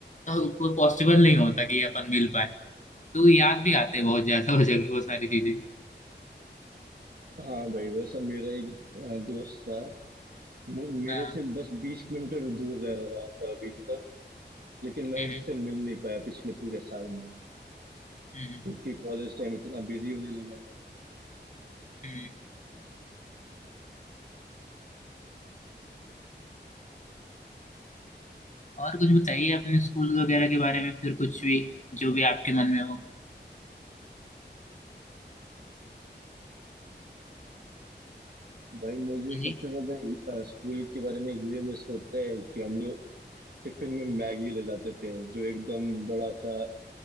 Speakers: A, on the left; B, on the right.
A: तो वो पॉसिबल नहीं होता कि अपन मिल पाए तो याद भी आते बहुत ज्यादा वो जगह वो सारी चीजें
B: हाँ भाई वैसा मेरा एक अ, दोस्त था मु- मेरे
A: हाँ
B: से बस बीस किलोमीटर दूर रह रहा था अभी तक लेकिन मैं
A: हम्म
B: उससे मिल नहीं पाया पिछले पूरे साल में
A: हम्म हम्म
B: क्योंकि कॉलेज टाइम इतना बिजी होने लगा है।
A: हम्म। और कुछ बताइए अपने स्कूल वगैरह के बारे में फिर कुछ भी जो भी आपके मन में हो
B: भाई मुझे
A: हाँ जी
B: सबसे ज्यादा अ, स्कूल के बारे में ये मिस होता है कि हम लोग टिफिन में मैगी ले जाते थे जो एकदम बड़ा सा